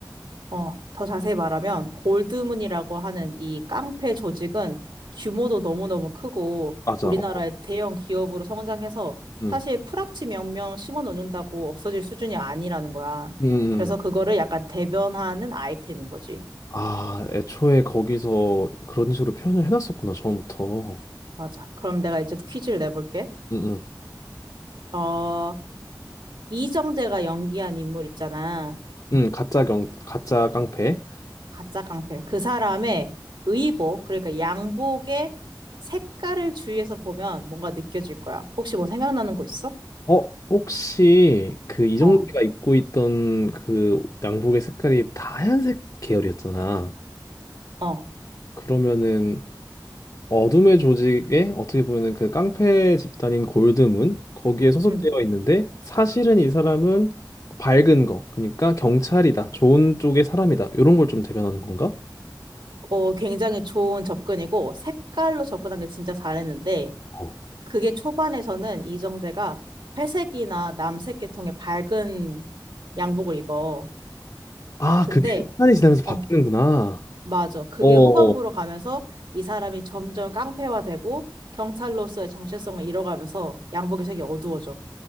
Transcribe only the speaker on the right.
어, 더 자세히 말하면 골드문이라고 하는 이 깡패 조직은 규모도 너무너무 크고
우리나라의
대형 기업으로 성장해서
사실 프락치 몇 명 심어 놓는다고 없어질 수준이 아니라는 거야.
그래서
그거를 약간 대변하는 아이템인 거지.
맞아. 그럼 내가 이제 또 퀴즈를 내볼게.
어, 이정재가 연기한 인물 있잖아.
가짜 깡패. 그 사람의 의복, 그러니까 양복의 색깔을 주위에서 보면 뭔가 느껴질 거야. 혹시 뭐 생각나는 거 있어?
어,
어,
음.
어, 굉장히 좋은 접근이고, 색깔로 접근한 게 진짜 잘했는데,
그게 초반에서는 이정재가 회색이나 남색 계통의 밝은 양복을 입어.
근데,
어, 맞아. 그게
후반부로 가면서 이 사람이 점점 깡패화되고, 경찰로서의 정체성을 잃어가면서 양복의 색이 어두워져.